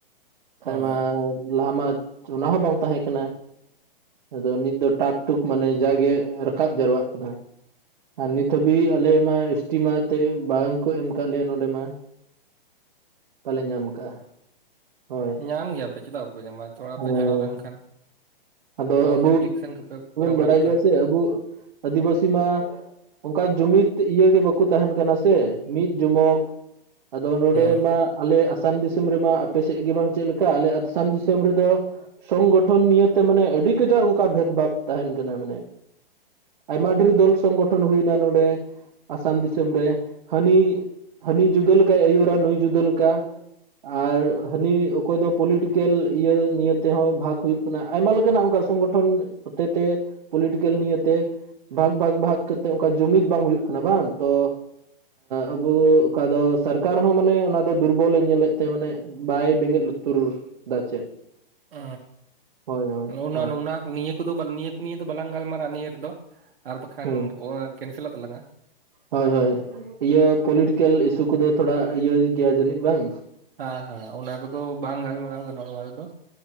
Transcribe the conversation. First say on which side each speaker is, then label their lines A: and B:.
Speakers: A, on the right; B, on the right.
A: ᱠᱷᱟᱱ
B: ᱦᱳᱭ
A: ᱢᱟ
B: ᱦᱳᱭ
A: ᱞᱟᱦᱟ ᱢᱟ ᱚᱱᱟ ᱦᱚᱸ ᱵᱟᱝ ᱛᱟᱦᱮᱸ ᱠᱟᱱᱟ ᱟᱫᱚ ᱱᱤᱛ ᱫᱚ ᱴᱟᱠ ᱴᱩᱠ ᱢᱟᱱᱮ ᱡᱟᱜᱮ ᱨᱟᱠᱟᱵ ᱡᱟᱣᱨᱟᱜ ᱠᱟᱱᱟ ᱟᱨ ᱱᱤᱛ ᱦᱟᱹᱵᱤᱡ ᱟᱞᱮ ᱢᱟ ᱮᱥ ᱴᱤ ᱢᱮᱱ ᱛᱮ ᱵᱟᱝᱠᱚ ᱮᱢ ᱠᱟᱜ ᱞᱮᱭᱟ ᱱᱚᱰᱮ ᱢᱟ ᱵᱟᱞᱮ ᱧᱟᱢ ᱠᱟᱜᱼᱟ ᱦᱳᱭ
B: ᱧᱟᱢ ᱜᱮᱭᱟᱯᱮ ᱪᱮᱫᱟᱜ ᱵᱟᱯᱮ ᱧᱟᱢᱟ ᱛᱷᱚᱲᱟ
A: ᱦᱮᱸ
B: ᱯᱮ ᱪᱟᱞᱟᱣ ᱞᱮᱱᱠᱷᱟᱱ
A: ᱟᱫᱚ ᱟᱵᱚ
B: ᱛᱷᱚᱲᱟ ᱮᱯᱞᱤᱠᱮᱥᱚᱱ ᱠᱚᱯᱮ ᱠᱚᱨᱟᱣ ᱵᱟᱲᱟ
A: ᱵᱟᱰᱟᱭ
B: ᱞᱮᱠᱷᱟᱱ
A: ᱜᱮᱭᱟ ᱥᱮ ᱟᱵᱚ ᱟᱹᱫᱤᱵᱟᱹᱥᱤ ᱢᱟ ᱡᱩᱢᱤᱫ ᱤᱭᱟᱹᱮ ᱵᱟᱠᱚ ᱛᱟᱦᱮᱱ ᱠᱟᱱᱟ ᱥᱮ ᱢᱤᱫ ᱡᱚᱢᱚᱠ ᱟᱫᱚ ᱱᱚᱰᱮ
B: ᱦᱩᱸ
A: ᱢᱟ ᱟᱞᱮ ᱟᱥᱟᱢ ᱫᱤᱥᱚᱢ ᱨᱮᱢᱟ ᱟᱯᱮ ᱥᱮᱫ ᱜᱮ ᱵᱟᱝ ᱪᱮᱫ ᱞᱮᱠᱟ ᱟᱞᱮ ᱟᱥᱟᱢ ᱫᱤᱥᱚᱢ ᱨᱮᱫᱚ ᱥᱚᱝᱜᱚᱴᱷᱚᱱ ᱱᱤᱭᱮᱛᱮ ᱢᱟᱱᱮ ᱟᱹᱰᱤ ᱚᱱᱠᱟ ᱵᱷᱮᱫᱽ ᱵᱷᱟᱵᱽ ᱛᱟᱦᱮᱱ ᱠᱟᱱᱟ ᱢᱟᱱᱮ ᱟᱭᱢᱟ ᱰᱷᱮᱨ ᱫᱚᱞ ᱥᱚᱝᱜᱚᱴᱷᱚᱱ ᱦᱩᱭᱱᱟ ᱱᱚᱰᱮ ᱟᱥᱟᱢ ᱫᱤᱥᱚᱢ ᱨᱮ ᱦᱟᱹᱱᱤ ᱦᱟᱹᱱᱤ ᱡᱩᱫᱟᱹ ᱞᱮᱠᱟ ᱟᱭᱩᱨᱟ ᱱᱩᱭ ᱡᱩᱫᱟᱹ ᱞᱮᱠᱟ ᱟᱨ ᱦᱟᱹᱱᱤ ᱚᱠᱚᱭ ᱫᱚ ᱯᱚᱞᱤᱴᱤᱠᱮᱞ ᱤᱭᱟᱹ ᱱᱤᱭᱟᱹᱮ ᱛᱮᱦᱚᱸ ᱵᱷᱟᱜᱽ ᱦᱩᱭᱩᱜ ᱠᱟᱱᱟ ᱟᱭᱢᱟ ᱞᱮᱠᱟᱱᱟᱜ ᱚᱱᱠᱟ ᱥᱚᱝᱜᱚᱴᱚᱱ ᱦᱚᱛᱮ ᱛᱮ ᱯᱚᱞᱤᱴᱤᱠᱮᱞ ᱱᱤᱭᱛᱮ ᱵᱷᱟᱜᱽ ᱵᱷᱟᱜᱽ ᱵᱷᱟᱜᱽ ᱠᱟᱛᱮᱜ ᱚᱱᱠᱟ ᱡᱩᱢᱤᱫ ᱵᱟᱝ ᱦᱩᱭᱩᱜ ᱠᱟᱱᱟ ᱵᱟᱝ ᱛᱚ ᱟᱵᱚ ᱚᱠᱟ ᱫᱚ ᱥᱚᱨᱠᱟᱨ ᱦᱚᱸ ᱢᱟᱱᱮ ᱚᱱᱟ ᱫᱚ ᱫᱩᱨᱵᱚᱞᱮ ᱧᱮᱞᱮᱫ ᱛᱮ ᱢᱟᱱᱮ ᱵᱟᱭ ᱵᱮᱸᱜᱮᱫ ᱛᱩᱨ ᱫᱟ ᱪᱮᱫ
B: ᱦ
A: ᱦᱳᱭ ᱦᱳᱭ
B: ᱦᱸ ᱚᱱᱟ
A: ᱦᱳᱭ
B: ᱚᱱᱟ ᱱᱤᱭᱟᱹ ᱠᱚᱫᱚ ᱱᱤᱭᱟᱹ ᱠᱚ ᱱᱤᱭᱟᱹ ᱫᱚ ᱵᱟᱞᱟᱝ ᱜᱟᱞᱢᱟᱨᱟᱜᱼᱟ ᱱᱤᱭᱟᱹ ᱨᱮᱫᱚ ᱟᱨ ᱵᱟᱠᱷᱟᱱ
A: ᱦᱩᱸ
B: ᱠᱮᱱᱥᱮᱞᱚᱜ ᱛᱟᱞᱟᱝᱼᱟ
A: ᱦᱳᱭ ᱦᱳᱭ ᱤᱭᱟᱹ ᱯᱚᱞᱤᱴᱤᱠᱮᱞ ᱤᱥᱩ ᱠᱚᱫᱚ ᱛᱷᱚᱲᱟ ᱤᱭᱟᱹ ᱜᱮᱭᱟ ᱡᱟᱹᱱᱤᱡ ᱵᱟᱝ
B: ᱦᱮᱸ ᱦᱮᱸ ᱚᱱᱟ ᱠᱚᱫᱚ ᱵᱟᱝ ᱜᱟᱞᱢᱟᱨᱟᱣ ᱜᱟᱱᱚᱜᱼᱟ ᱱᱚᱣᱟ ᱨᱮᱫᱚ